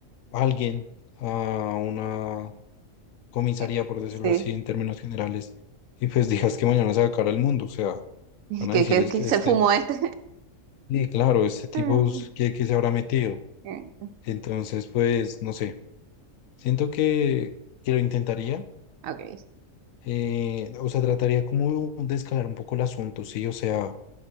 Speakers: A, on the left (about 85°); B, on the right (about 80°).
A: alguien a una comisaría,
B: Eh,
A: por decirlo
B: Sí,
A: así, en términos generales, y pues digas que mañana se va a acabar el mundo, o sea,
B: <laughs>
A: van
B: que,
A: a decir
B: que,
A: es
B: que
A: que
B: se
A: este,
B: fumó este.
A: sí, claro, este tipo,
B: <laughs>
A: es- ¿qué, qué se habrá metido?
B: Mm.
A: Entonces, pues, no sé. Siento que, que lo intentaría.
B: Okay.
A: eh, o sea, trataría como de escalar un poco el asunto, ¿sí? O sea,